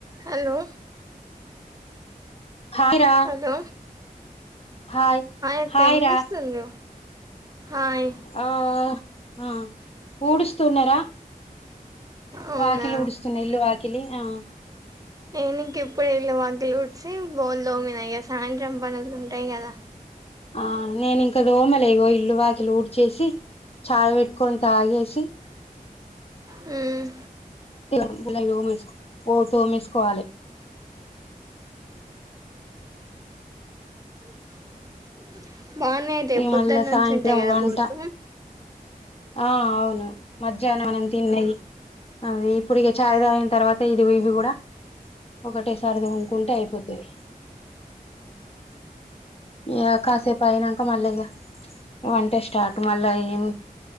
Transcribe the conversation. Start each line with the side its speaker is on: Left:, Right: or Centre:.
Right: Hollow
Left: hi రా
Right: hello
Left: hi
Right: అక్క
Left: hi
Right: ఏం
Left: రా
Right: చేస్తుండ్రు హాయ్
Left: ఆ ఆ ఊడుస్తున్నారా
Right: అవునా
Left: వాకిలి ఊడుస్తున్న ఇల్లు వా కిలి ఆ
Right: నేను ఇంకిప్పుడే ఇల్లు వాకిలి ఊడ్చి బోలుదొమిన, ఇగ సాయంత్రం బనులు ఉంటయ్. గదా
Left: ఆ నేను ఇంక తోమ లేదు. ఇల్లు వాకిలు ఊడ్చేసి చాయ్ పెట్టుకొని తాగేసి
Right: హ్మ్
Left: ఇలాం గిన్నెలు తోమేస్క్, ఓ తోమేస్కోవాలే
Right: హుమ్ బాన్నే అయితే
Left: ఈ
Right: పొద్దన్నుంచి
Left: మళ్ళా సాయంత్రం
Right: ఉంటయ్ గదా
Left: వంట
Right: బోల్ల్ మ్మ్
Left: ఆ అవును మజ్యాహ్నం మనం తిన్నేయిది. అవి ఇప్పుడిగే చాయ్ తాగిన తర్వాత, ఇదిగో ఇవి కూడా ఒకటే సారిగా తోముకుంటే అయిపోద్దిదే ఇగా కాసేపు అయినంక మళ్ళేగ వంట స్టార్ట్ మళ్ళా ఏం